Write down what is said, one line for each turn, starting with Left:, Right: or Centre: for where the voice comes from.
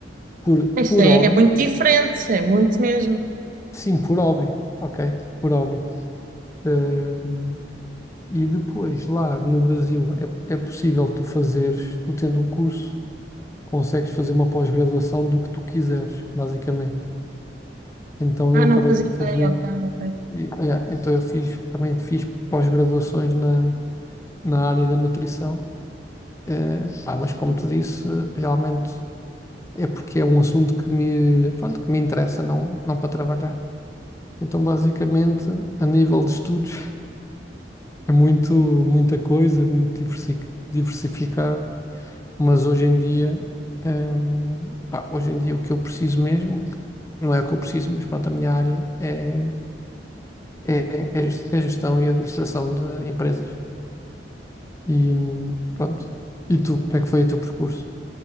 Left: Por,
Right: Isso
Left: por
Right: é,
Left: hobby,
Right: é muito diferente, é muito mesmo.
Left: sim, por hobby, ok, por hobby. Ahm, e depois, lá no Brasil, é, é possível tu fazeres, tu tendo um curso, consegues fazer uma pós-graduação do que tu quiseres, basicamente. Então
Right: Ah,
Left: eu
Right: não
Left: acabei
Right: fazia
Left: por
Right: ideia,
Left: fazer,
Right: ok, ok.
Left: e- yeah, então eu fiz, também fiz pós-graduações na, na área da nutrição, Eh, pá, mas como te disse, realmente é porque é um assunto que me, pronto, que me interessa, não, não para trabalhar. Então, basicamente, a nível de estudos, É muito, muita coisa, muito diversi- diversificado, mas hoje em dia, hum, pá, hoje em dia o que eu preciso mesmo, não é o que eu preciso, mas pronto, a minha área é, é, é ges- é gestão e administração de empresas. E pronto. E tu, como é que foi o teu percurso?